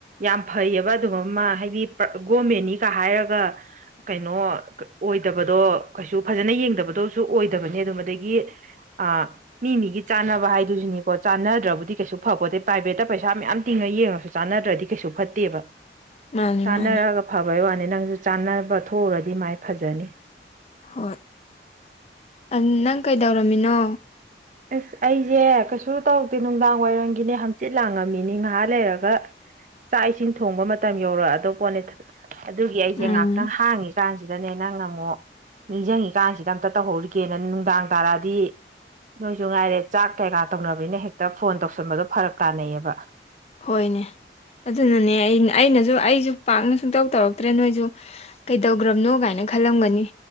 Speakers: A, on the right; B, on the left.
A: ꯌꯥꯝ ꯐꯩꯑꯕ ꯑꯗꯨꯝ ꯑꯃ ꯍꯥꯏꯗꯤ ꯒꯣꯔꯃꯦꯟꯅꯤꯒ ꯍꯥꯏꯔꯒ ꯀꯩꯅꯣ ꯀ ꯑꯣꯏꯗꯕꯗꯣ ꯀꯩꯁꯨ ꯐꯖꯅ ꯌꯦꯡꯗꯕꯗꯣꯁꯨ ꯑꯣꯏꯗꯕꯅꯤ ꯑꯗꯨꯝ ꯑꯗꯒꯤ ꯑꯥ ꯃꯤ ꯃꯤꯒꯤ ꯆꯥꯟꯅꯕ ꯍꯥꯏꯗꯨꯁꯨꯅꯤꯀꯣ ꯆꯥꯟꯅꯗ꯭ꯔꯕꯨꯗꯤ ꯀꯩꯁꯨ ꯐꯄꯣꯇꯦ ꯄ꯭ꯔꯥꯏꯚꯦꯠꯇ ꯄꯩꯁꯥ ꯃꯌꯥꯝ ꯇꯤꯡꯉ ꯌꯦꯡꯉꯁꯨ ꯆꯥꯟꯅꯗ꯭ꯔꯗꯤ ꯀꯩꯁꯨ ꯐꯠꯇꯦꯕ
B: ꯃꯥꯅꯤ
A: ꯆꯥꯅꯔꯒ
B: ꯃꯥꯅꯤ
A: ꯐꯕꯩ ꯋꯥꯅꯤ ꯅꯪꯖꯨ ꯆꯥꯅꯕ ꯊꯣꯛꯎꯔꯗꯤ ꯃꯥꯏ ꯐꯖꯅꯤ
B: ꯍꯣꯏ ꯑ ꯅꯪ ꯀꯩꯗꯧꯔꯝꯃꯤꯅꯣ
A: ꯑꯁ ꯑꯩꯖꯦ ꯀꯩꯁꯨ ꯇꯧꯗꯦ ꯅꯨꯡꯗꯥꯡ ꯋꯥꯏꯔꯝꯒꯤꯅꯦ ꯍꯪꯆꯤꯠ ꯂꯥꯡꯉꯝꯃꯤꯅꯤ ꯉꯥꯍꯥꯛ ꯂꯩꯔꯒ ꯆꯥꯛ ꯏꯁꯤꯡ ꯊꯣꯡꯕ ꯃꯇꯝ ꯌꯧꯔꯛꯑꯗꯧ ꯄꯣꯠꯅꯤꯗ ꯑꯗꯨꯒꯤ ꯑꯩꯖꯦ
B: ꯎꯝ
A: ꯉꯥꯛꯇꯪ ꯍꯥꯡꯉꯤ ꯀꯥꯟ ꯑꯗꯨꯗꯅꯦ ꯅꯪꯅ ꯑꯃꯨꯛ ꯅꯤꯡꯖꯡꯉꯤꯀꯥꯟꯁꯤꯗ ꯑꯝꯇ ꯇꯧꯍꯧꯔꯤꯒꯦꯅ ꯅꯨꯡꯗꯥꯡ ꯇꯥꯔꯛꯑꯗꯤ ꯅꯣꯏꯖꯨ ꯉꯥꯏꯔꯦ ꯆꯥꯛ ꯀꯩꯀꯥ ꯇꯧꯅꯕꯅꯤꯅ ꯍꯦꯛꯇ ꯐꯣꯟ ꯇꯧꯁꯟꯕꯗꯣ ꯐꯔꯛ ꯇꯥꯅꯩꯌꯦꯕ
B: ꯍꯣꯏꯅꯦunintelligible ꯑꯗꯨꯅꯅꯦ ꯑꯩ ꯑꯩꯅꯖꯨ ꯑꯩꯖꯨ ꯄꯥꯛꯅ ꯁꯨꯡꯇꯧ ꯇꯧꯔꯛꯇ꯭ꯔꯦ ꯅꯣꯏꯖꯨ---unintelligible ꯀꯩꯗꯧꯒ꯭ꯔꯝꯅꯣ ꯀꯥꯏꯅ ꯈꯜꯂꯝꯒꯅꯤ